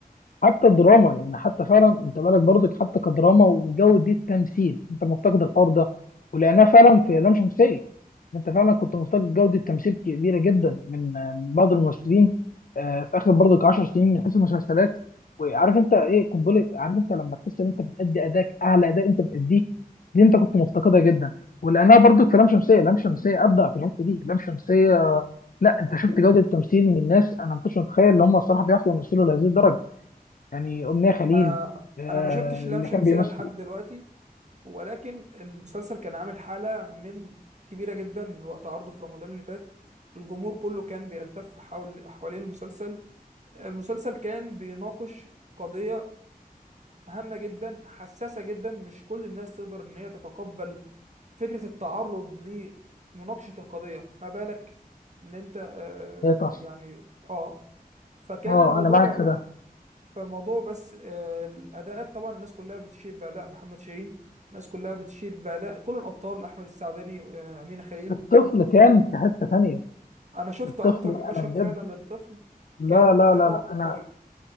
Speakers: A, on the left; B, on the right.
A: حتى الدراما يعني حتى فعلا انت بالك برضك حتى كدراما وجودة تمثيل انت مفتقد الحوار ده ولقيناه فعلا في لام شمسية يعني انت فعلا كنت مفتقد جودة تمثيل كبيرة جدا من من بعض الممثلين آه، في اخر برضك 10 سنين من حيث المسلسلات وعارف انت ايه قنبلة عارف انت لما تحس ان انت بتأدي اداك اعلى اداء انت بتأديه دي انت كنت مفتقدها جدا ولقيناها برضك في لام شمسية لام شمسية ابدع في الحتة دي لام شمسية لا انت شفت جودة تمثيل من ناس انا ما كنتش متخيل ان هم الصراحة بيعرفوا يمثلوا لهذه الدرجة يعني أمنية خليل
B: آه،
A: آه،
B: أنا ما شفتش
A: اللي
B: لام شمسية
A: كان بيمثل
B: لحد دلوقتي ولكن المسلسل كان عامل حالة من كبيرة جدا وقت عرضه في رمضان اللي فات الجمهور كله كان بيلتف حول حوالين المسلسل المسلسل كان بيناقش قضية هامة جدا حساسة جدا مش كل الناس تقدر ان هي تتقبل فكرة التعرض لمناقشة القضية ما بالك ان انت آه
A: هي تصفي
B: يعني اه فكان
A: اه
B: الموضوع
A: انا معاك في ده
B: فالموضوع بس آه، الاداءات طبعا الناس كلها بتشير باداء محمد شاهين الناس كلها بتشير باداء كل الابطال احمد السعداني آه، امينه خليل
A: الطفل كان في حتة تانية
B: انا شفت
A: الطفل
B: اكتر من مشهد
A: انا بجد
B: فعلا للطفل
A: لا
B: كان اداؤه
A: لا لا لا انا
B: عبقري